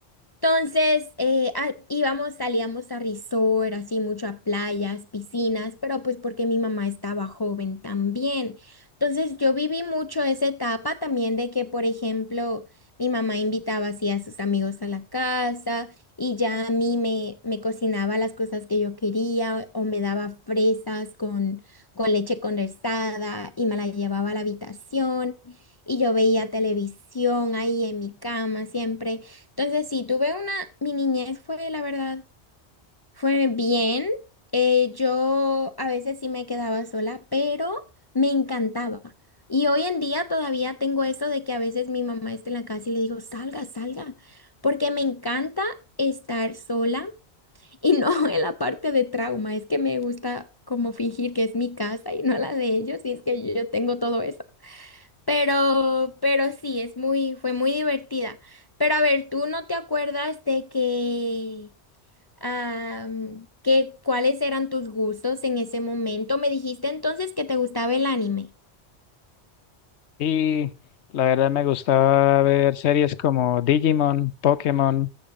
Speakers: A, on the left (about 35°); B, on the left (about 85°).
A: Entonces, eh, ah, íbamos, salíamos a resort, así mucho a playas, piscinas, pero pues porque mi mamá estaba joven también. Entonces, yo viví mucho esa etapa también de que, por ejemplo, mi mamá invitaba así a sus amigos a la casa y ya a mí me, me cocinaba las cosas que yo quería o me daba fresas con, con leche condensada y me la llevaba a la habitación y yo veía televisión ahí en mi cama siempre. Entonces, sí, tuve una, mi niñez fue, la verdad, fue bien. Eh, yo a veces sí me quedaba sola, pero me encantaba. Y hoy en día todavía tengo eso de que a veces mi mamá está en la casa y le digo, salga, salga, porque me encanta estar sola y no <laughs> en la parte de trauma, es que me gusta como fingir que es mi casa y no la de ellos, y es que yo tengo todo eso. Pero, pero sí, es muy, fue muy divertida. Pero a ver, ¿tú no te acuerdas de que, am, que cuáles eran tus gustos en ese momento? Me dijiste entonces que te gustaba el anime.
B: Y la verdad me gustaba ver series como Digimon, Pokémon,